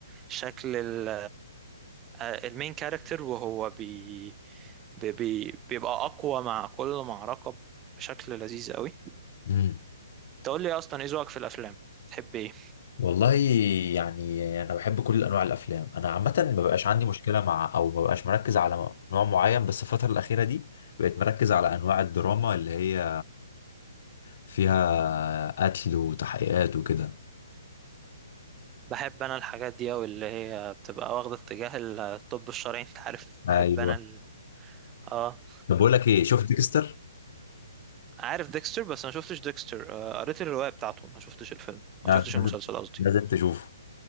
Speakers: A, on the right; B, on the left.
A: شكل ال- آه، المين كاركتر وهو بي بي بي- بيبقى اقوى مع كل معركه بشكل لذيذ قوي
B: امم
A: تقول لي إيه اصلا ايه ذوقك في الافلام تحب ايه
B: والله يعني انا بحب كل انواع الافلام انا عامه ما بقاش عندي مشكله مع او ما بقاش مركز على نوع معين بس الفتره الاخيره دي بقيت مركز على انواع الدراما اللي هي فيها قتل وتحقيقات وكده
A: بحب انا الحاجات دي اوي اللي هي بتبقى واخدة اتجاه الطب الشرعي انت عارف بحب
B: ايوه
A: انا ال... اه
B: طب بقول لك ايه شفت ديكستر؟
A: وعارف ديكستر بس ما شفتش ديكستر آه، قريت الرواية بتاعته ما شفتش الفيلم
B: لا
A: ما شفتش
B: لازم
A: المسلسل قصدي
B: لازم تشوفه